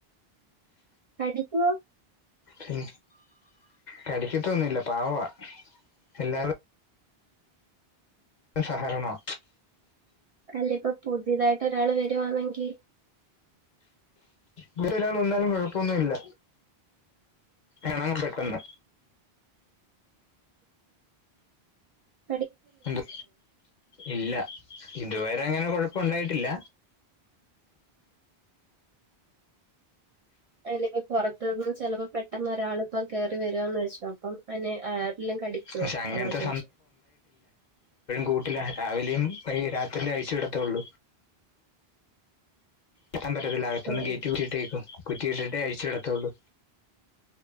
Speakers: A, on the right (about 55°); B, on the left (about 50°).
A: കടിക്കോ
B: പിൻ കടിക്കത്തൊന്നുല്ല പാവാ എല്ലാവാരു രും സഹകരണവാ
A: അല്ല ഇപ്പൊ പുതിയതായിട്ട് ഒരാള് വരുവാണെങ്കിൽ
B: ഇവിടൊരാള് വന്നാലും കൊഴപ്പൊന്നു ഇല്ല എണങ്ങും പെട്ടെന്ന്
A: അത്‌
B: എന്ത് ഇല്ല ഇതുവരെ അങ്ങനെ കുഴപ്പം ഉണ്ടായിട്ടില്ല
A: അല്ലയിപ്പോ പുറത്തുന്ന് ചെലപ്പോ പെട്ടെന്ന് ഒരാള് ഇപ്പോ കേറി ട്ട് വരാന്ന് വെച്ചോ അപ്പം അതിനെ ആരെല്ലാം കടിക്കുവോ
B: പക്ഷെ അങ്ങനത്തെ
A: അതാ ചോദിച്ചേ
B: കൂട്ടിലാ രാവിലെയും വൈ രാത്രില് അഴിച്ചുവിടത്തേഒള്ളൂ എത്താൻ പറ്റത്തില്ല അകത്ത്ന്ന്
A: ഓ
B: ഗേറ്റ് കുറ്റിയിടും കുറ്റിയിട്ടിട്ടേ അഴിച്ചു വിടത്തൊള്ളൂ